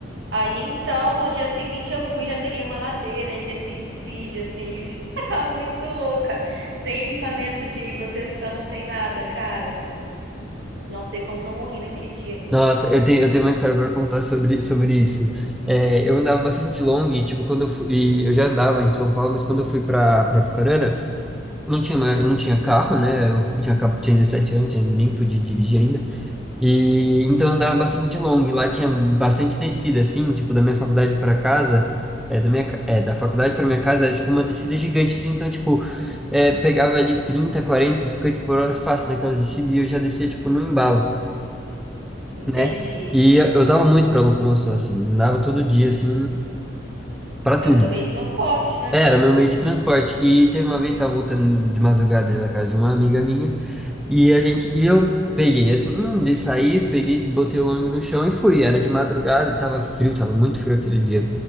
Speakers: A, on the right; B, in the centre.
A: Aí então, no dia seguinte eu fui, já peguei uma ladeira e desci de speed, assim, <laughs> muito louca, sem equipamento de proteção, sem nada, cara. Não sei como não morri naquele dia.
B: Nossa, eu tenho, eu tenho uma história para contar sobre, sobre isso. É, eu andava bastante de long, e, tipo, quando eu fui, eu já andava em São Paulo, mas quando eu fui para para Apucarana, não tinha mais, não tinha carro, né? Eu tinha, acab- tinha 17 anos, eu nem podia dirigir ainda. E então eu andava bastante de long. Lá tinha bastante descida, assim, tipo, da minha faculdade para casa, é, da minha, ca- é, da faculdade para minha casa, era tipo uma descida gigante, assim, então, tipo, é, pegava ali 30, 40, 50 por hora fácil naquelas descidas e eu já descia, tipo, no embalo
A: Entendi.
B: né? E eu usava muito para locomoção, assim, andava todo dia, assim, para tudo.
A: É o seu meio de transporte, né?
B: Era meu meio de transporte. E teve uma vez, estava voltando de madrugada da casa de uma amiga minha, e a gente, e eu peguei, assim, hum, de sair, peguei, botei o longo no chão e fui. Era de madrugada e tava frio, tava muito frio aquele dia.